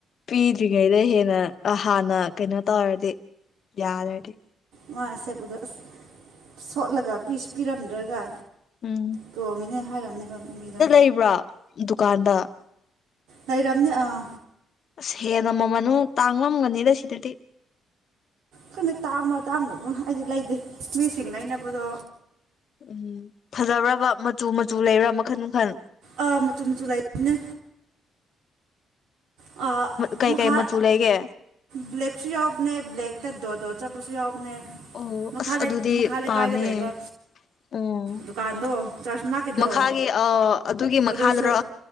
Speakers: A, on the left; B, on the right.
A: ꯄꯤꯗ꯭ꯔꯤꯉꯩꯗ ꯍꯦꯟꯅ ꯍꯥꯟꯅ ꯀꯩꯅꯣ ꯇꯧꯔꯗꯤ ꯌꯥꯔꯗꯤ
B: ꯉꯥꯏ ꯁꯦꯄꯗ ꯑꯁ ꯁꯣꯠꯂꯒ ꯄꯤꯁ ꯄꯤꯔꯝꯗ꯭ꯔꯒ
A: ꯎꯝ
B: ꯇꯣꯡꯉꯦꯅꯦ ꯍꯥꯏꯔꯝꯅꯦꯕ ꯃꯤꯗ
A: <unintelligible> ꯗꯨꯀꯥꯟꯗ
B: ꯂꯩꯔꯝꯅꯤ ꯑꯥ
A: ꯑꯁ ꯍꯦꯟꯅ ꯃꯃꯜ ꯃꯨꯛ ꯇꯥꯡꯉꯝꯒꯅꯤꯗ ꯁꯤꯗꯗꯤ
B: ꯈꯪꯗꯦ ꯇꯥꯡꯕ꯭ꯔꯥ ꯇꯥꯡꯗꯕ꯭ꯔꯥ ꯑꯩꯗꯤ ꯂꯩꯗꯦ ꯃꯤꯁꯤꯡ ꯂꯩꯕꯗꯣ
A: ꯎꯝ ꯐꯖꯕ꯭ꯔꯕ ꯃꯆꯨ ꯃꯆꯨ ꯂꯩꯕ꯭ꯔꯥ ꯃꯈꯟ ꯃꯈꯟ
B: ꯑꯥ ꯃꯆꯨ ꯃꯨꯆꯨ ꯂꯩꯥꯅꯦ ꯑ
A: ꯀꯩꯀꯩ
B: ꯃꯈꯥ
A: ꯃꯆꯨ ꯂꯩꯒꯦ
B: ꯕ꯭ꯂꯦꯛꯁꯨ ꯌꯥꯎꯕꯅꯦ ꯕ꯭ꯂꯦꯛꯇ ꯗꯣꯠ ꯗꯣꯠ ꯆꯠꯄꯁꯨ ꯌꯥꯎꯕꯅꯦ
A: ꯑꯣ
B: ꯃꯈꯥ
A: ꯑꯁ
B: ꯂꯩ
A: ꯑꯗꯨꯗꯤ
B: ꯃꯈꯥ ꯂꯩꯀꯥꯏꯗ
A: ꯄꯥꯝꯃꯦ
B: ꯂꯩꯕ
A: ꯑꯣ
B: ꯗꯨꯀꯥꯟꯗꯣ ꯆꯥꯔꯆ ꯃꯅꯥꯛꯀꯤꯗꯣ
A: ꯃꯈꯥꯒꯤ ꯑ ꯑꯗꯨꯒꯤ ꯃꯈꯥꯗꯨꯔꯣ
B: ꯑꯗꯨꯁꯨ